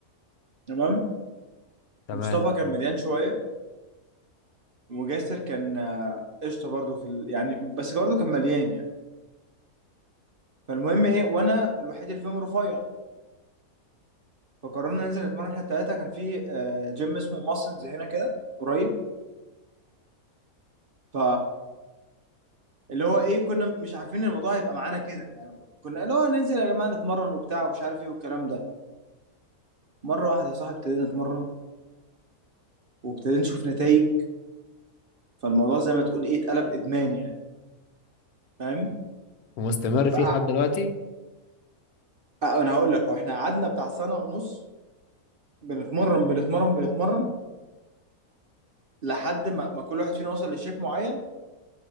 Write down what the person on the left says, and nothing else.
تمام
ومستمر فيه
لحد دلوقتي